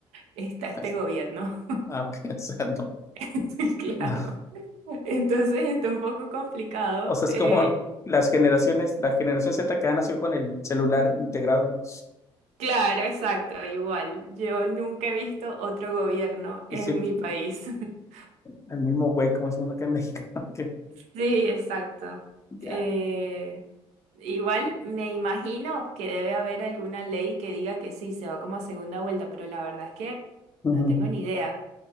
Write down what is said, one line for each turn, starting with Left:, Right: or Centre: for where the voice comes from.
Right: está este
Left: Es-
Right: gobierno,
Left: Ah, ok, <laughs> o sea, no.
Right: <laughs> claro.
Left: No.
Right: Entonces está un poco complicado.
Left: O sea, es
Right: Eh,
Left: como las generaciones, la generación Z que ha nacido con el celular integrado. ¿no?
Right: Claro, exacto, igual. Yo nunca he visto otro gobierno en
Left: Y siempre
Right: mi país. <laughs>
Left: el mismo güey, como decimos acá en México. <laughs> Ok,
Right: Sí, exacto.
Left: ya.
Right: Eh, igual me imagino que debe haber alguna ley que diga que sí, se va como a segunda vuelta, pero la verdad es que
Left: Ujú.
Right: no tengo ni idea.